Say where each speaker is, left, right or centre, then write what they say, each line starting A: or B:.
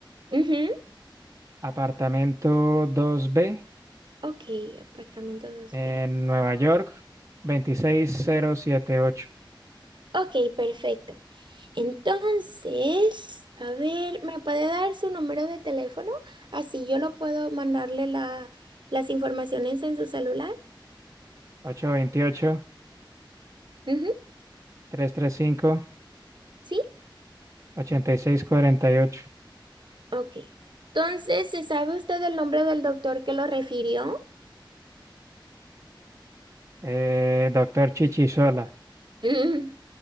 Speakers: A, on the right; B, on the right.
A: ujú.
B: apartamento dos b
A: Ok, apartamento dos
B: en
A: b
B: Nueva York, veintiséis mil setenta y ocho
A: Ok, perfecto. Entonces, a ver, ¿me puede dar su número de teléfono? Así yo lo puedo mandarle la- las informaciones en su celular.
B: ochocientos veintiocho
A: Ujú,
B: trescientos treinta y cinco
A: ¿Sí?
B: ochenta y seis cuarenta y ocho
A: Ok. Entonces, ¿se sabe usted el nombre del doctor que lo refirió?
B: Eh, doctor Chichisola.
A: Mm,